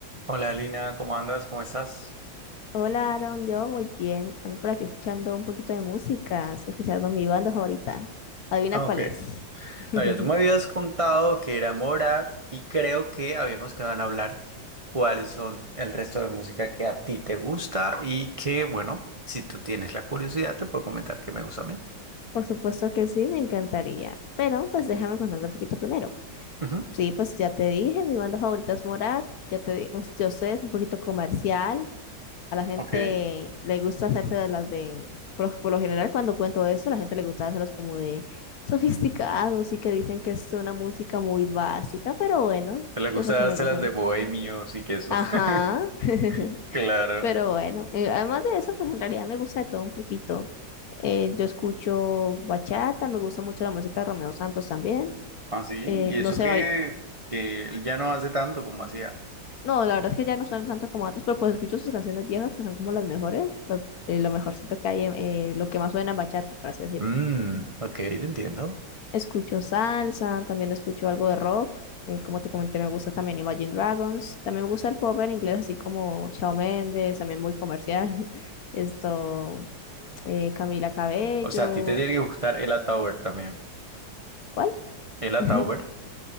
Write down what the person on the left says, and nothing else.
Hola, Aaron, yo muy bien. Ando por aquí escuchando un poquito de música. Estoy escuchando mi banda favorita. Adivina
cuál
es. <laughs>
Por supuesto que sí, me encantaría. Pero pues déjame contarte un poquito primero.
Sí, pues ya te dije, mi banda favorita es Morat. Ya te di, un- yo sé, es un poquito comercial. A la gente
le gusta hacerse de las de, por, por lo general cuando cuento eso, la gente le gusta hacerlos como de sofisticados y que dicen que es una música muy básica, pero bueno,
es lo que
me gusta a
mí.
Ajá,
<laughs>
pero bueno, eh, además de eso, pues en realidad me gusta de todo un poquito. Eh, yo escucho bachata, me gusta mucho la música de Romeo Santos también.
Eh,
no
sé
bail-
No, la verdad es que ya no suenan tanto como antes, pero pues escucho sus canciones viejas que son como las mejores, las- eh, lo mejorcito que hay, en- eh, lo que más suena en bachata, por así decirlo.
Escucho salsa, también escucho algo de rock, eh, como te comenté, me gusta también Imagine Dragons, también me gusta el pop en inglés, así como Shawn Mendes, también muy comercial, <laughs> esto, eh, Camila Cabello,
¿cuál?
<laughs>